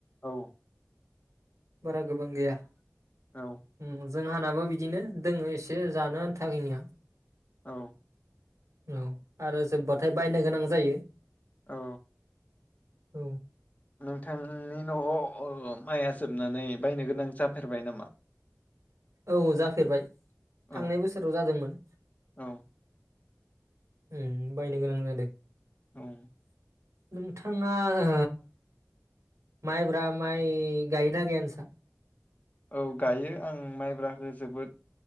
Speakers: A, on the left; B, on the right.
A: औ
B: बारा गोबां गैया।
A: औ
B: उम जोंहानाबो बिदिनो दोङो एसे जानो आन्थाखोनिया
A: औ
B: औ आरो जोब्बाथाय बायनो गोनां जायो।
A: औ।
B: औ।
A: नोंथांनि न'आव ओ माइया जोबनानै बायनो गोनां जाफेरबाय नामा?
B: औ जाफेरबाय थांनाय
A: औ
B: बोसोराव जादोंमोन।
A: औ
B: ओं बायनो गोनां जादों।
A: उम।
B: नोंथाङा ओ माइब्रा माइ गायोना गाया नोंसा?
A: औ गायो आं माइब्राखो जोबोद